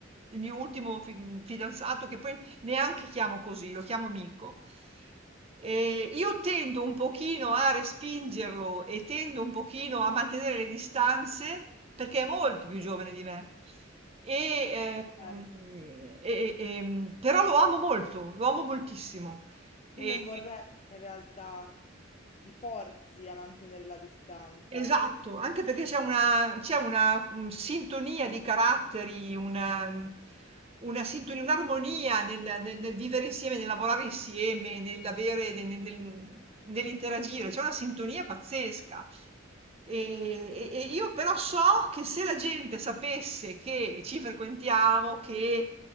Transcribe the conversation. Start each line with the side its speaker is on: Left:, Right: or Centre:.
Right: il mio ultimo fi fidanzato, che poi neanche chiamo così, lo chiamo amico, ehm, io tendo un pochino a respingerlo e tendo un pochino a mantenere le distanze, perché è molto più giovane di me. E, ehm,
Left: dai.
Right: e e ehm, però lo amo molto, lo amo moltissimo. E-
Left: Io non vorresti in realtà ti forzi a mantenere la distanza.
Right: esatto, anche perché c'è una, c'è una mm, sintonia di caratteri, una, mm, una sintonia, un'armonia nel, nel- nel vivere insieme, nel lavorare insieme, nell'avere, nel- nel- nell'interagire, c'è una sintonia pazzesca. E, e- e io però so che se la gente sapesse che ci frequentiamo, che